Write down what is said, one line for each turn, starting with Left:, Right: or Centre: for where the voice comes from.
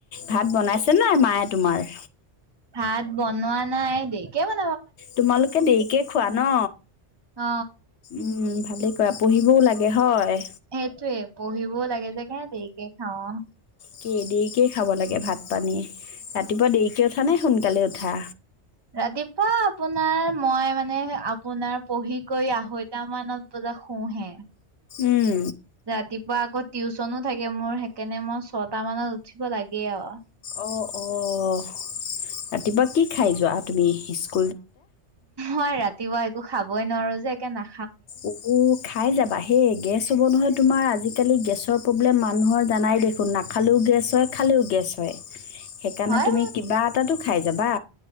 Left: ভাত বনাইছে নাই মায়ে? তোমাৰ-
Right: ভাত বনোৱা নাই দেয়ি কে ভাত
Left: তোমালোকে দেৰিকে খোৱা ন
Right: অ
Left: উম ভালে কৰা পঢ়িবও লাগে হয়।
Right: সেইটোৱে পঢ়িবও লাগে যে সেই দেৰিকে খাওঁ।
Left: কেই দেৰিকেই খাব লাগে ভাত পানী। ৰাতিপুৱা দেৰিকৈ উঠা নে সোনকালে উঠা?
Right: ৰাতিপুৱা আপোনাৰ মই মানে আপোনাৰ পঢ়ি কৰি আঢ়ৈটা মানত বজাত শোওঁহে।
Left: উম
Right: ৰাতিপুৱা আকৌ টিউচ চনো থাকে মোৰ সেইকাৰণে মই ছটা মানত উঠিব লাগে আৰু
Left: অঁ অঁ ৰাতিপুৱা কি খাই যোৱা তুমি সিচ-
Right: মই ৰাতিপুৱা একো খাবই নোৱাৰো যে একে না
Left: উম, খাই যাবা হেই গেছ হ'ব নহয় তোমাৰ আজি আজিকালি গেছৰ প্ৰব্লেম মানুহৰ জানাই দেখোন নাখালেও গেছ হয় খালেও গেছ হয়। সেইকাৰণে
Right: হয়
Left: তুমি কিবা এটাতো খাই- যাবা